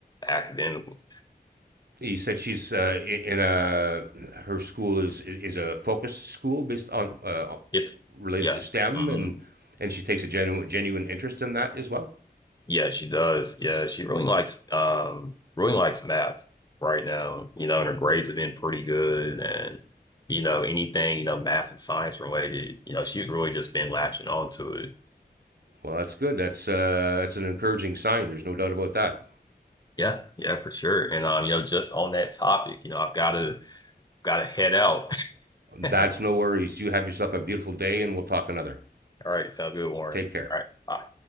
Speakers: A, on the left (about 25°); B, on the right (about 65°).
A: academically.
B: He said she's uh, in a her school is is a focused school based on uh,
A: It's,
B: related
A: yeah.
B: to STEM,
A: mm-hmm.
B: and and she takes a genuine genuine interest in that as well.
A: Yeah, she does. Yeah, she really likes um really likes math right now. You know, and her grades have been pretty good and you know, anything, you know, math and science related, you know, she's really just been latching on to it.
B: Well, that's good. That's uh, that's an encouraging sign. There's no doubt about that.
A: Yeah, yeah, for sure. And um, you know, just on that topic, you know, I've gotta gotta head out. <laughs> All
B: That's no worries. You have yourself a beautiful day, and we'll talk another.
A: right, sounds good, Warren.
B: Take care.
A: All right, bye.